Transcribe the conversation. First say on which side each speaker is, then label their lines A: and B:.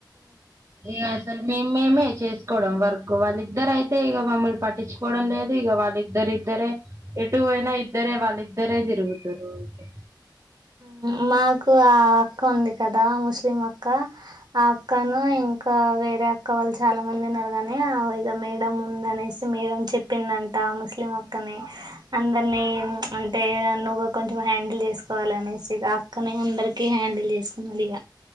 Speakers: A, on the right (about 40°); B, on the right (about 65°).
A: ఇయ అసలు మేము మేమే చేసుకోవడం వర్క్ వాళ్ళిద్దర అయితే ఇక మమ్మల్ని పట్టించుకోవడం లేదు ఇక వాళ్ళిద్దరు ఇద్దరే ఎటు పోయిన ఇద్దరే వాళ్ళద్దరే తిరుగుతారు ఊర్కే
B: ఆ మాకు ఆ అక్క ఉంది కదా ముస్లిం అక్క ఆ అక్కను ఇంకా ఇ వేరే అక్క వాళ్ళు చాలా మంది ఉన్నారు కాని ఆ ఇగ మేడం ఉంద అనేసి మేడం చెప్పిందంట ముస్లిం అక్కని అందరినీ అంటే నువ్వు కొంచెం హ్యాండిల్ చేసుకోవాలినేసి ఇక అక్కనే అందరికీ హ్యాండిల్ చేసుకున్నాది ఇక